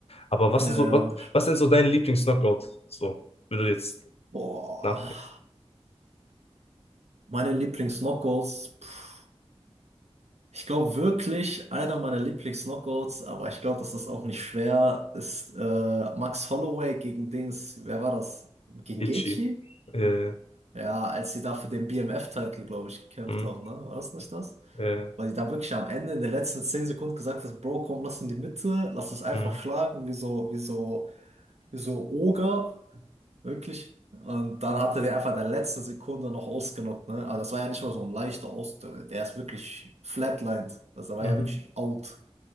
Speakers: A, on the left (about 65°); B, on the right (about 80°).
A: Aber was
B: ja,
A: ist so,
B: ja.
A: was,
B: schon.
A: was denn so dein Lieblings-Knockout? So, wenn du jetzt
B: Boah,
A: nachdenkst.
B: meine Lieblings-Knockouts. Pff. Ich glaube wirklich, einer meiner Lieblings-Knockouts, aber ich glaube, das ist auch nicht schwer, ist äh, Max Holloway gegen Dings, wer war das? Gegen
A: Itchy.
B: Gaethje?
A: Äh,
B: Ja, als sie da für den BMF-Title, glaube ich, gekämpft
A: mh,
B: haben, ne? War das nicht das?
A: äh,
B: Weil die dann wirklich am Ende in den letzten 10 Sekunden gesagt haben, Bro, komm, lass in die Mitte, lass es einfach
A: mh,
B: schlagen, wie so, wie so, wie so Oger Wirklich? Und dann hat er den einfach in der letzten Sekunde noch ausgenockt, ne? Aber das war ja nicht mal so ein leichter Aus. Der ist wirklich flatlined. Also der war
A: mh,
B: ja wirklich out.